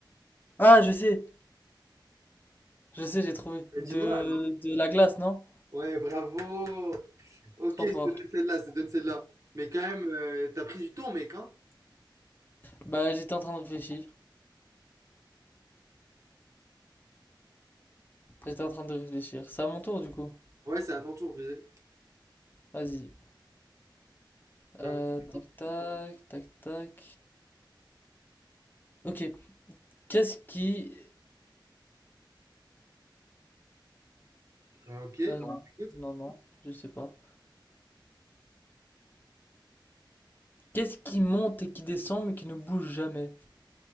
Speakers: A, on the left; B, on the right.
A: Ah, je sais! Je sais, j'ai trouvé.
B: Bah,
A: De...
B: Dis-moi. alors.
A: de la glace, non?
B: Ouais, bravo. Ok,
A: Trop
B: je
A: fort.
B: te donne celle-là, je te donne celle-là. Mais quand même, euh, t'as pris du temps, mec, hein?
A: Bah, j'étais en train de réfléchir. J'étais en train de réfléchir. C'est à mon tour, du coup.
B: Ouais, c'est à ton tour, baiser.
A: Vas-y.
B: Bah,
A: Euh,
B: oui.
A: tac tac, tac tac. Ok. Qu'est-ce qui...
B: euh, ok, écoute.
A: Euh, non, non, non, je sais pas. Qu'est-ce qui monte et qui descend mais qui ne bouge jamais?